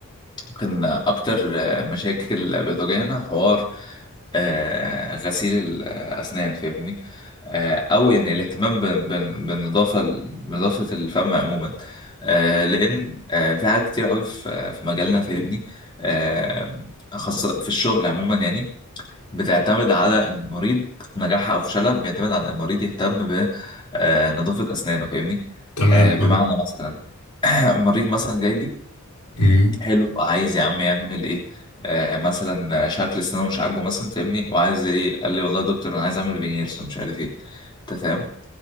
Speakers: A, on the left; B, on the left.
A: ممكن اكتر آه مشاكل بتواجهنا حوار آه، غسيل الأسنان فاهمني آه، أو يعني الاهتمام ب- ب- بالنظافة نظافة الفم عموما آه، لأن آه، في حاجات كتير قوي في في مجالنا فاهمني آه، خاصة في الشغل عموما يعني بتعتمد على المريض نجاحها أو فشلها بيعتمد على المريض يهتم بنظافة أسنانه فاهمني
B: تمام
A: آه،
B: تمام
A: بمعنى مثلا <clears throat> مريض مثلا جاي لي
B: مم،
A: حلو عايز يا عم يعمل ايه آه مثلا شكل سنانه مش عاجبه مثلا فاهمني وعايز ايه قال لي والله يا دكتور انا عايز اعمل فينيرز ومش عارف ايه انت فاهم